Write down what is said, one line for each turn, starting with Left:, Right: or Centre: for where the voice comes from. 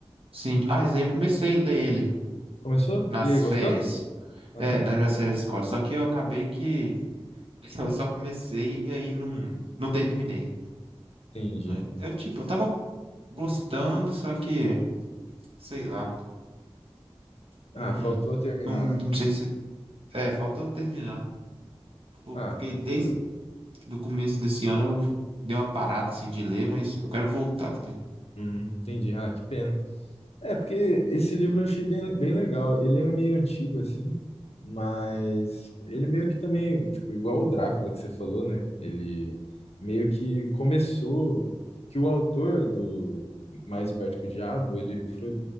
Right: sim. Ah, esse daí eu comecei a ler ele
Left: Começou?
Right: nas
Left: E aí, gostou?
Right: férias.
Left: Aham,
Right: É, nas minhas férias de escola. Só que eu acabei que <laughs> eu só comecei e aí não, não terminei.
Left: entendi.
Right: Mas eu, tipo, eu tava gostando, só que, sei lá, não,
Left: Ah, faltou terminar,
Right: não,
Left: né?
Right: não sei se. É, faltou terminar. Pô,
Left: Ah,
Right: Porque desde
Left: foi.
Right: do começo desse ano eu dei uma parada assim de ler, mas eu quero voltar, tá ligado?
Left: Uhum, entendi. Ah, que pena. É, porque esse livro eu achei bem, bem legal. Ele é meio antigo, assim, mas ele meio que também, tipo, igual o Drácula que você falou, né? Ele meio que começou, que o autor do Mais Perto que o Diabo, ele foi